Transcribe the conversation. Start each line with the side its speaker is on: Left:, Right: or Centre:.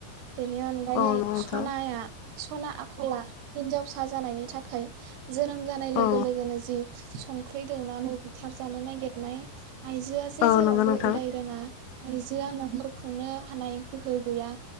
Right: बिनियाव फ्रायै
Left: औ नंगौ नोंथां
Right: सनाया सना आखला हिनजावसा जानायनि थाखाय जोनोम जानाय लोगो
Left: औ
Right: लोगोनो जि संख्रि दौनानै बुथारजानो नागिरनाय आयजोआ जे
Left: औ
Right: जेरावबो
Left: नंगौ नोंथां
Right: उदाय रोंङा आइजो आ नखर खुंनो हानाय गोहो गैया।